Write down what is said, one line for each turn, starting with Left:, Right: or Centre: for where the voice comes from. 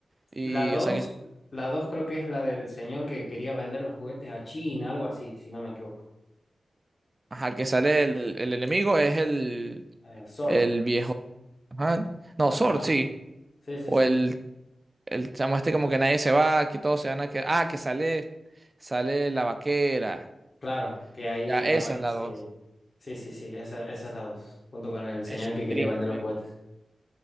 Right: Y,
Left: La dos,
Right: o sea, que,
Left: la dos creo que es la del señor que quería vender los juguetes a China, algo así, si no me equivoco.
Right: ajá, que sale el, el enemigo es el,
Left: Eh, Sword.
Right: el viejo. Ajá. No,
Left: Ajá.
Right: Sword, sí.
Left: Sí, sí,
Right: O
Left: sí.
Right: el, el chamo este como que nadie se va, aquí todos se van a quedar. Ah, que sale, sale la vaquera.
Left: Claro, que ahí
Right: Ya, esa
Left: aparece.
Right: es la dos.
Left: Sí, sí, sí, esa, esa es la dos, junto con el señor
Right: Esa
Left: que
Right: es
Left: quería
Right: triste.
Left: vender los juguetes.